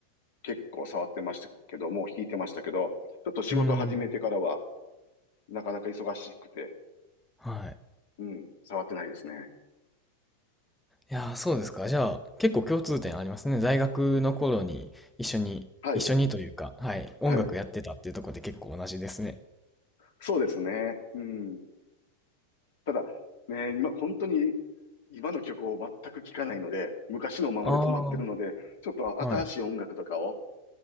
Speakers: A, on the left; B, in the centre.
A: 結構触ってましたけども、弾いてましたけど、ちょっと仕事始めてからは、
B: うん。
A: なかなか忙しくて、
B: はい。
A: うん、触ってないですね。
B: いやー、そうですか。じゃあ、結構共通点ありますね。大学の頃に一緒に、
A: はい、
B: 一緒にというか、はい、音楽やってたっていうところで結構同じですね。
A: はい。そうですね。うん。ただ、ね、今、本当に今の曲を全く聴かないので、昔のままで止まってるので、
B: ああ、
A: ちょっと新しい音楽とかを
B: はい。